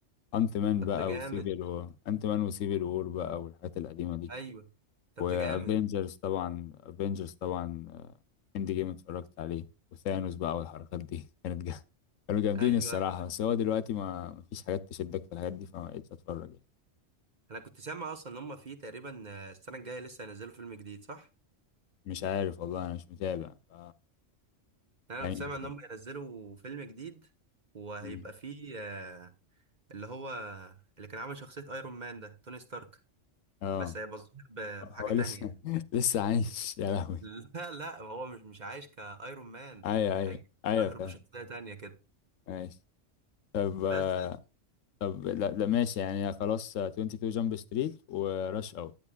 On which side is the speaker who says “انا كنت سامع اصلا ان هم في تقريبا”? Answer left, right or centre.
Right